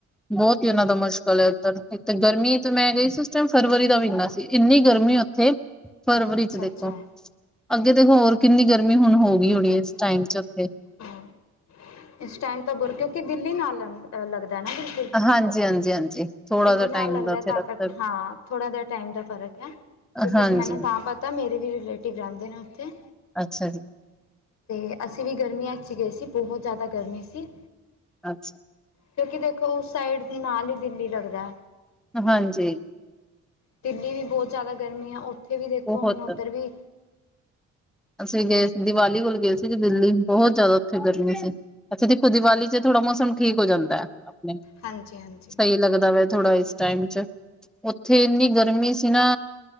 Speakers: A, in the centre; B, on the left.
A: ਬਹੁਤ
B: ਅੱਛਾ
A: ਈ ਓਨਾਂ ਦਾ
B: ਅੱਛਾ
A: ਮੁਸ਼ਕਿਲ ਐ। ਗਰਮੀ ਤੇ ਮੈਂ ਗਈ ਸੀ, ਉਸ ਟੈਮ ਫਰਵਰੀ ਦਾ ਮਹੀਨਾ ਸੀ, ਇੰਨੀ ਗਰਮੀ ਉੱਥੇ ਫਰਵਰੀ
B: ਅੱਛਾ
A: 'ਚ
B: ਅੱਛਾ
A: ਦੇਖੋ, ਅੱਗੇ ਤੇ ਹੋਰ ਕਿੰਨੀ ਗਰਮੀ ਹੁਣ ਹੋ ਗਈ ਹੋਣੀ ਏ, ਇਸ ਟਾਈਮ 'ਚ ਉੱਥੇ।
B: ਹਾਂ ਇਸ ਟੈਮ ਤਾਂ ਬੁਰ, ਕਿਉਂਕਿ ਦਿੱਲੀ ਨਾਲ 'ਅ ਲੱਗਦੈ ਨਾ ਬਿਲਕੁਲ।
A: ਹਾਂਜੀ-ਹਾਂਜੀ, ਹਾਂਜੀ। ਥੋੜਾ
B: ਦਿੱਲੀ
A: ਜਿਹਾ
B: ਨਾਲ
A: ਟਾਈਮ
B: ਲੱਗਦੇ
A: ਦਾ ਉੱਥੇ
B: ਤਾਂ
A: ਰਸਤਾ
B: ਕਰਕੇ ਹਾਂ, ਥੋੜਾ ਜਿਆ ਟਾਈਮ ਦਾ ਫ਼ਰਕ ਐ। ਕਿਉਂਕਿ
A: ਹਾਂਜੀ,
B: ਇਸ ਮੈਨੂੰ ਤਾਂ ਪਤਾ, ਮੇਰੇ ਵੀ ਰਿਲੇਟਿਵ ਰਹਿੰਦੇ ਨੇ ਉੱਥੇ।
A: ਅੱਛਾ ਜੀ।
B: ਤੇ ਅਸੀਂ ਵੀ ਗਰਮੀਆਂ 'ਚ ਈ ਗਏ ਸੀ, ਬਹੁਤ ਜ਼ਿਆਦਾ ਗਰਮੀ ਸੀ।
A: ਅੱਛਾ।
B: ਕਿਉਂਕਿ ਦੇਖੋ ਉਸ ਸਾਈਡ, ਨਾਲ ਈ ਦਿੱਲੀ ਲਗਦੈ।
A: ਹਾਂਜੀ।
B: ਦਿੱਲੀ ਵੀ ਬਹੁਤ ਜ਼ਿਆਦਾ ਗਰਮੀ ਐ, ਉੱਥੇ ਵੀ ਦੇਖੋ
A: ਬਹੁਤ
B: ਹੁਣ ਉੱਧਰ ਵੀ
A: ਅਸੀਂ ਵੀ ਗਏ ਸੀ ਦੀਵਾਲੀ ਕੋਲ ਗਏ ਸੀ ਗੇ ਦਿੱਲੀ, ਬਹੁਤ ਜ਼ਿਆਦਾ ਉੱਥੇ ਗਰਮੀ ਸੀ। ਅੱਛਾ ਦੇਖੋ, ਦੀਵਾਲੀ 'ਚ ਥੋੜਾ ਮੌਸਮ ਠੀਕ ਹੋ ਜਾਂਦਾ ਐ,
B: ਹਾਂਜੀ ਹਾਂਜੀ
A: ਸਈ ਲੱਗਦੈ ਵ ਥੋੜਾ ਇਸ ਟਾਈਮ ਚ, ਉੱਥੇ ਇੰਨੀ ਗਰਮੀ ਸੀ ਨਾ